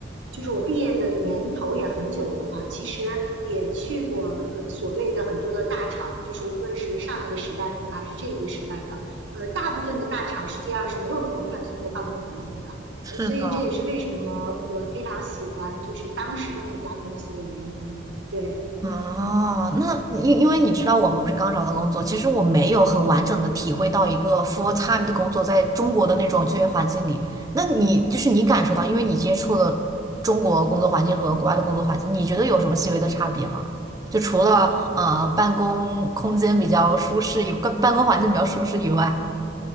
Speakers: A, on the right (about 75°); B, on the right (about 20°).
A: 就是我毕业的年头也很久了嘛，其实也去过呃所谓的很多的大厂，就是无论是上一个时代的还是这一个时代的，呃，大部分的大厂实际上是没有这么宽松的办公环境的。
B: 是的
A: 呃，所以这也是为什么我非常喜欢就是当时的那家公司的原因。对，
B: 哦，那因因为你知道，我们不是刚找到工作，其实我没有很完整的体会到一个 full time 的工作在中国的那种就业环境里。那你就是你感受到，因为你接触了中国工作环境和国外的工作环境，你觉得有什么细微的差别吗？就除了呃办公空间比较舒适以，办公环境比较舒适以外，